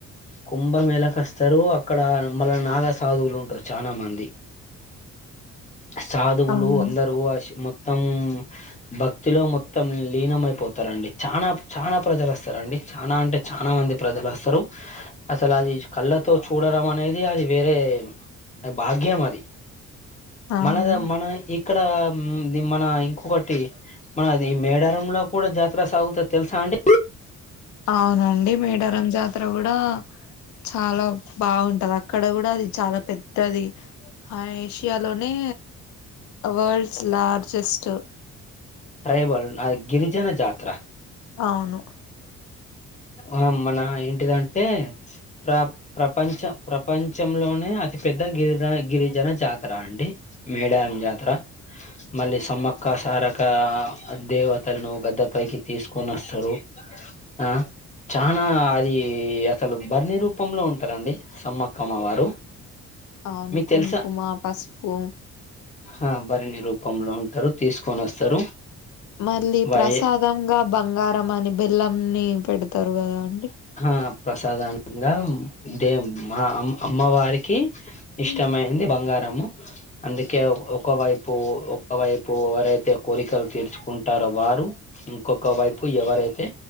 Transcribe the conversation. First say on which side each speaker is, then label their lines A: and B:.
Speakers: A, on the left; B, on the left.
A: కుంభమేళాకస్తారు అక్కడ మళ్ళ నాగ సాధువులు ఉంటారు చానా మంది సాధువులు
B: అవును
A: అందరు అస్ మొత్ త్తం భక్తిలో మొత్తం లీనమయిపోతారండి చానా ప్ చానా ప్రజలు వస్తారండి. చానా అంటే చానా మంది ప్రజలు వస్తారు అసలు అది కళ్ళతో చూడడం అనేది అది వేరే వేరు నాకు భాగ్యమది.
B: అవును
A: మనద మన ఇక్కడ ది మన ఇంకొకటి మన ది మేడారంలో కూడా జాతర సాగుతది తెలుసా అండి?
B: అవునండి మేడారం జాతర గూడా చాలా బావుంటది అక్కడ గూడా అది చాలా పెద్దది హా ఏషియాలోనే వాల్డ్స్ లార్జెస్ట్
A: ట్రైబల్ ఆది గిరిజన జాతర
B: అవును
A: ఆ మన ఏంటిదంటే ప్రా ప్రపంచ ప్రపంచంలోనే అతి పెద్ద గిరిదన గిరిజన జాతర అండి మేడా రం జాతర మళ్ళీ సమ్మక్క సారక్క దేవతలను గద్దె పైకి తీస్ తీసుకొని వస్తారు ఆ చానా అది అసలు బరిణి రూపంలో ఉంటారండి సమ్మక్క అమ్మ వారు
B: అవును
A: మీకు
B: కుంకుమ
A: తెలుసా
B: పసుపు
A: హా బరిణి రూపంలో ఉంటారు తీసుకొని వస్తారు.
B: మళ్ళీ
A: వై
B: ప్రసాదంగా బంగారం అని బెల్లం ని పెడతరు గదా అండి
A: హా అవునండి ప్రసాదానంగా దే మా అమ్ అమ్మవారికి ఇష్టమయింది
B: హ్మ్.
A: బంగార్ రము అందుకే ఒక్ ఒకవైపు ఒకవైపు ఎవరైతే కోరికలు తీర్చుకుంటార్ రో వారు ఇంకొక వైపు ఎవరైతే